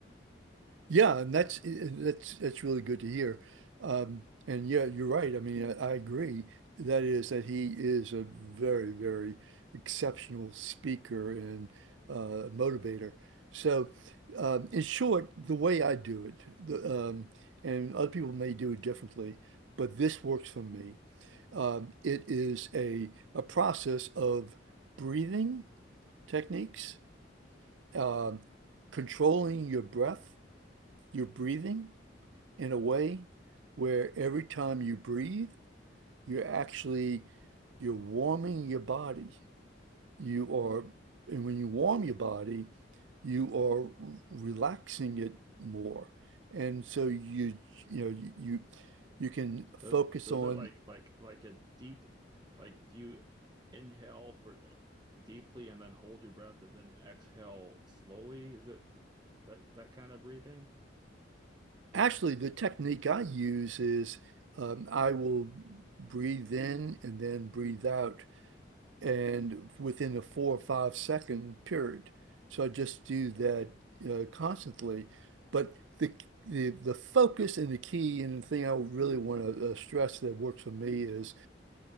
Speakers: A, on the right (about 85°); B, on the right (about 25°).
A: Yeah, and that's eh, eh, that's that's really good to hear. Um, and yeah, you're right. I mean, I, I agree. That is that he is a very, very exceptional speaker and uh, motivator. So, um, in short, the way I do it, the, um, and other people may do it differently, but this works for me. Um, it is a a process of breathing techniques, um, controlling your breath, your breathing in a way where every time you breathe, you're actually you're warming your body. You are, and when you warm your body, you are r- relaxing it more. And so you you know you you you can focus
B: So, so
A: on
B: is it like like like a deep, like do you inhale for deeply and then hold your breath and then exhale slowly? Is it that that kind of breathing?
A: actually the technique I use is um, I will breathe in and then breathe out and within a four or five second period. So I just do that uh, constantly. But the, the the focus and the key and the thing I really want to uh, stress that works for me is